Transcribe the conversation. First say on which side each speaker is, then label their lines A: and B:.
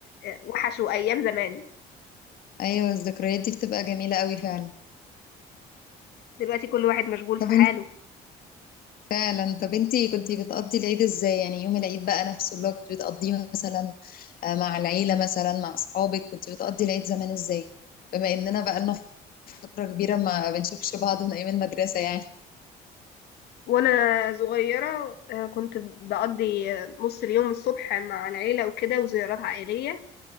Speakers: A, on the left; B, on the left.
A: آه، وحشه أيام زمان
B: أيوة الذكريات دي بتبقى جميلة قوي فعلا
A: دلوقتي كل واحد مشغول
B: طب
A: في حاله
B: انت فعلا طب انت كنتي بتقضي العيد ازاي يعني يوم العيد بقى نفسه اللي هو كنت بتقضيه مثلا آه، مع العيلة مثلا مع أصحابك كنت بتقضي العيد زمان ازاي بما إننا بقى لنا فترة كبيرة ما بنشوفش بعض من أيام المدرسة يعني
A: وأنا صغيرة آه، كنت بقضي آه، نص اليوم الصبح مع العيلة وكده وزيارات عائلية